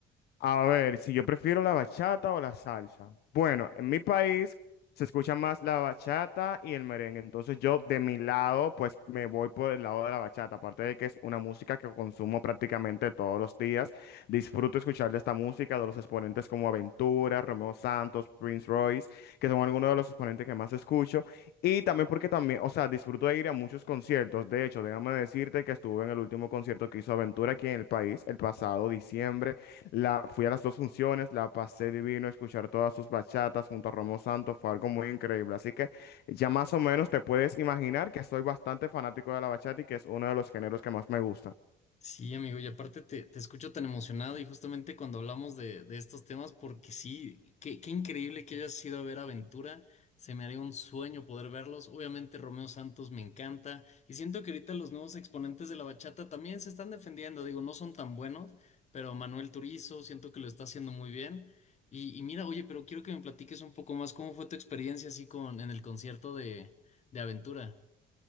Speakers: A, on the left (about 75°); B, on the left (about 40°).
A: A ver, si yo prefiero la bachata o la salsa. Bueno, en mi país se escucha más la bachata y el merengue. Entonces yo de mi lado, pues me voy por el lado de la bachata. Aparte de que es una música que consumo prácticamente todos los días. Disfruto escuchar de esta música, de los exponentes como Aventura, Romeo Santos, Prince Royce, que son algunos de los exponentes que más escucho. Y también porque también, o sea, disfruto de ir a muchos conciertos. De hecho, déjame decirte que estuve en el último concierto que hizo Aventura aquí en el país el pasado diciembre. La, fui a las dos funciones, la pasé divino, escuchar todas sus bachatas junto a Romo Santos fue algo muy increíble. Así que ya más o menos te puedes imaginar que soy bastante fanático de la bachata y que es uno de los géneros que más me gusta.
B: Sí, amigo, y aparte te, te escucho tan emocionado y justamente cuando hablamos de, de estos temas, porque sí, qué, qué increíble que hayas ido a ver Aventura, se me haría un sueño poder verlos, obviamente Romeo Santos me encanta y siento que ahorita los nuevos exponentes de la bachata también se están defendiendo, digo, no son tan buenos, pero Manuel Turizo siento que lo está haciendo muy bien y, y mira, oye, pero quiero que me platiques un poco más cómo fue tu experiencia así con en el concierto de, de Aventura.